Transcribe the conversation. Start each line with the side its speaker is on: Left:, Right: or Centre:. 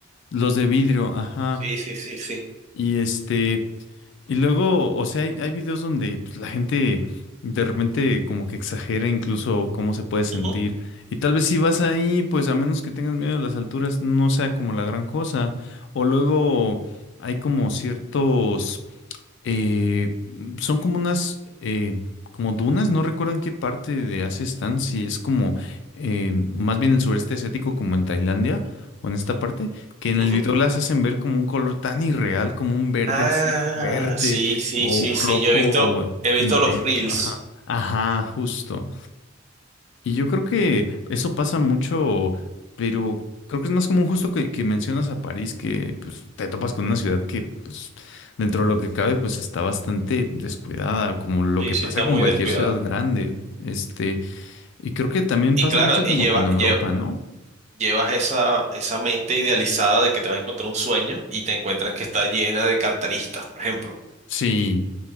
Left: los de vidrio, ajá.
Right: Sí, sí, sí, sí.
Left: Y este... Y luego, o sea, hay, hay videos donde pues, la gente de repente como que exagera incluso cómo se puede sentir.
Right: Ujú,
Left: Y tal vez si vas ahí, pues a menos que tengas miedo de las alturas, no sea como la gran cosa. O luego hay como ciertos eh, son como unas, eh, como dunas, no recuerdo en qué parte de Asia están, si es como, eh, más bien en sureste asiático, como en Tailandia o en esta parte, que en el
Right: ujú.
Left: video las hacen ver como un color tan irreal, como un verde
Right: Ah,
Left: así fuerte
Right: sí, sí,
Left: o
Right: sí,
Left: un
Right: sí.
Left: rojo
Right: Yo he visto, he visto
Left: intenso.
Right: los reels.
Left: Ajá, ajá, justo. Y yo creo que eso pasa mucho, pero creo que es más común justo que, que mencionas a París, que pues, te topas con una ciudad que pues, dentro de lo que cabe pues está bastante descuidada, como lo
Right: Sí,
Left: que
Right: sí,
Left: pasa
Right: está
Left: con
Right: muy
Left: cualquier
Right: descuidado.
Left: ciudad grande. Este, y creo que también
Right: Y
Left: pasa
Right: claro,
Left: mucho
Right: y
Left: como
Right: llevas,
Left: con Europa,
Right: lle-
Left: ¿no?
Right: llevas esa, esa mente idealizada de que te vas a encontrar un sueño y te encuentras que está llena de carteristas, por ejemplo.
Left: Sí.